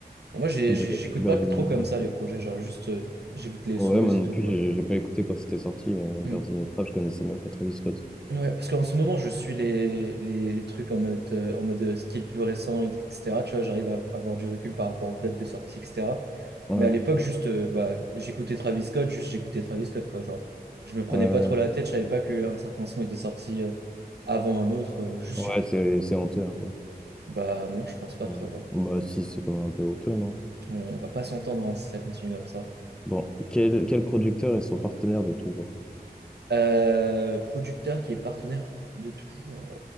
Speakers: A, on the right; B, in the centre.
A: Moi j'ai-
B: Ber-
A: j'ai- j'écoute
B: Bergini
A: pas trop comme
B: Trap.
A: ça les projets, genre juste euh, j'écoute les
B: Ouais,
A: sons
B: moi
A: et c'est
B: non
A: tout,
B: plus,
A: quoi.
B: j'ai j'ai pas écouté quand c'était sorti, euh,
A: Hmm.
B: Bergini Trap, je connaissais même pas Travis Scott.
A: Ouais, parce qu'en ce moment je suis les, les, les trucs en mode, euh, en mode euh, ce qui est le plus récent, etc. Tu vois, j'arrive à avoir du recul par rapport aux dates de sortie, etc.
B: Ouais,
A: Mais à l'époque, juste euh, bah, j'écoutais Travis Scott, juste j'écoutais Travis Scott, quoi. Genre, je me prenais
B: ouais,
A: pas
B: ouais.
A: trop la tête, je savais pas qu'un certain son était sorti euh, avant un autre, euh, juste
B: Ouais,
A: j'écoutais.
B: c'est c'est honteux un peu.
A: Bah non, je pense pas,
B: Ouais.
A: frérot.
B: Bah si, c'est quand même un peu honteux, non?
A: On, on va pas s'entendre hein, si ça continue comme ça.
B: Bon, quel, quel producteur est son partenaire de toujours?
A: Euh, producteur qui est partenaire pour- de toujours. Euh,